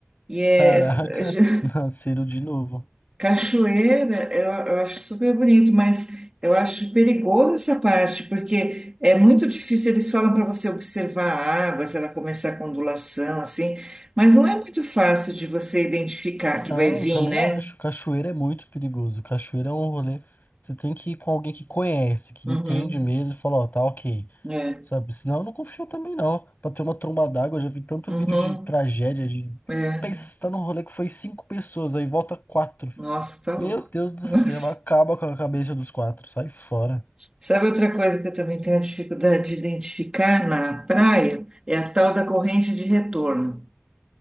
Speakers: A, on the right; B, on the left.
A: E é,
B: Caraca,
A: <laughs>
B: <laughs> nasceram de novo.
A: cachoeira, eu, eu acho super bonito, mas eu acho perigoso essa parte, porque é muito difícil. Eles falam para você observar a água, se ela começar com ondulação, assim, mas não é muito fácil de você identificar
B: Não,
A: que vai vir,
B: eu também
A: né?
B: acho. Cachoeira é muito perigoso. Cachoeira é um rolê. Você tem que ir com alguém que conhece, que
A: Uhum.
B: entende mesmo, e fala, ó, tá ok.
A: É.
B: Sabe? Senão eu não confio também, não. Pra ter uma tromba d'água, eu já vi tanto
A: Uhum.
B: vídeo de tragédia, de.
A: É.
B: Pensa, você tá num rolê que foi cinco pessoas, aí volta quatro.
A: Nossa, tá
B: Meu
A: louco.
B: Deus do
A: Nossa.
B: céu, acaba com a cabeça dos quatro. Sai fora.
A: Sabe outra coisa que eu também tenho dificuldade de identificar na praia? É a tal da corrente de retorno.